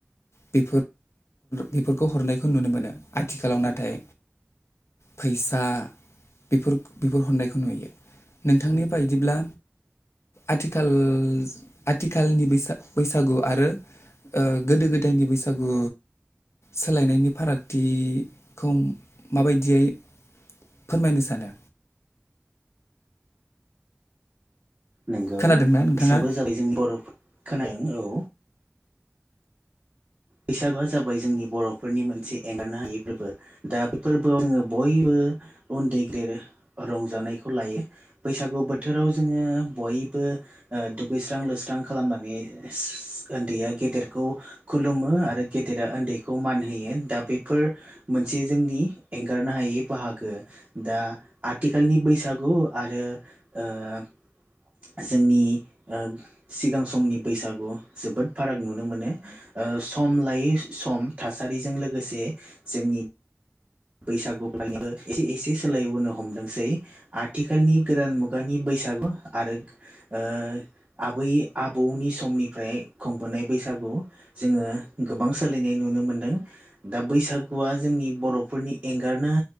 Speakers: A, on the left (about 80°); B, on the right (about 45°).
A: बे बेफोरखौ हरनायखौ नुनो मोनो आथिखालाव नाथाय। फैसा बेफोर बेफोर हनाय नुयो नोंथांनि बायदिब्ला आथिखाल आथिखालनि बैसागु आरो। ओ- गोदो गोदायनि बैसागु सोलायनायनि फारागथिखौ माबायदियै। फोरमायनो सानो।
B: नंगौ
A: खोनादोंना नोंथाङा?
B: बिसागो जाबाय जोंनि बर' खोनादों औ <unintelligible> बैसागुआ जाबाय जोंनि बर'फोरनि मोनसे एंगारनो हायि फोरबो दा बे फोरबोआव आङो बयबो। उन्दै गेेर रंजानायखौ लायो बैसागु बोथोराव जोङो बयबो। ओ- दुगैसां लस्रां खालामनानै उन्दैया गेदेरखौ खुलुमो। आरो गेदेरा उन्दैखौ मान होयो दा बेफोर मोनसे जोंनि एंगारनो हायै बाहाग दा आथिखालनि बैसागु आरो ओ- जोंनि ओ- सिगां समनि बैसागु जोबोद फाराग नुनो मोनो ओ- सम लायै सम थासारिजों लोगोसे जोंनि बैसागु फालि एसे एसे सोलायबोनो हमदोंसै आथिखालनि गोदान मुगानि। बैसागु आरो ओ- आबै आबौनि समनिफ्राय खुंबोनाय बैसागु जोङो गोबां सोलायनाय नुनो मोनदों दा बैसागुआ। जोंनि बर'फोरनि एंगारनो